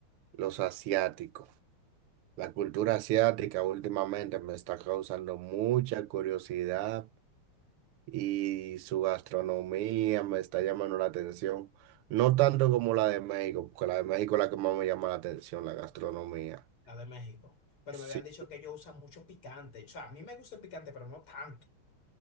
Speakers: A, on the right; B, on the left.
A: los asiáticos. La cultura asiática últimamente me está causando mucha curiosidad y su gastronomía me está llamando la atención. No tanto como la de México, porque la de México es la que más me llama la atención, la gastronomía.
B: la de México? Pero
A: Sí.
B: me habían dicho que ellos usan mucho picante. O sea, a mí me gusta el picante, pero no tanto.